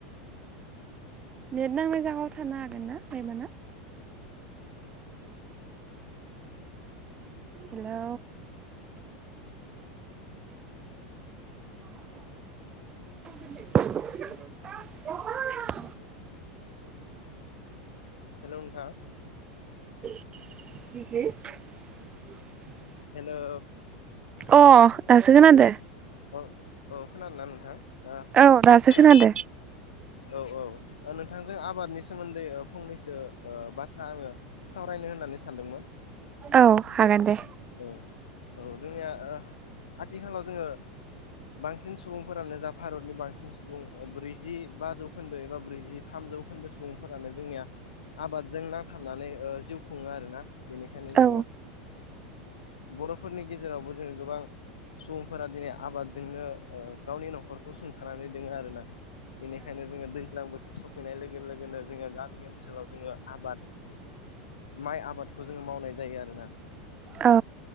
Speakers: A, on the right; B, on the left.
A: नेट नांनाय जायगायाव थानो हागोन ना हायोबाना? हेलौ <unintelligible>
B: हेल' हेल' नोंथां।
A: <unintelligible>
B: हेलौ
A: अ‌ दासो खोनादों।
B: औ औ खोनादोंना नोंथां? ओ
A: औ दासो
B: जों
A: खोनादों।
B: औ औ नोंथांजों आबादनि सोमोन्दै फंनैसो बाथ्रा आङो सावरायनो होननानै सानदोंमोन।
A: औ हागोन दे
B: औ औ जोंनिया ओ आथिखालाव जोङो बांसिन सुबुंफोरानो जा भारतनि बांसिन सुबुं ब्रैजि बा जौखोन्दो एबा ब्रैजि थाम थामजौखोन्दो सुबुंफोरानो जोंनिया आबादजों नांथाबनानै ओ जिउ खुङो आरोना। बेनिखायनो जोङो
A: औ
B: बर'फोरनि गेजेरावबो जोङो गोबां सुबुंफोरा दिनै आबादजोंनो ओ गावनि नखरखौ सुंथानानै दोङो आरोना बेनिखायनो जोङो दैज्लां बो बोथोर सफैनाय लोगो लोगोनो जोङो गामि ओनसोलाव जोङो आबाद माइ आबादखौ जोङो मावनाय जायो आरोना।
A: औ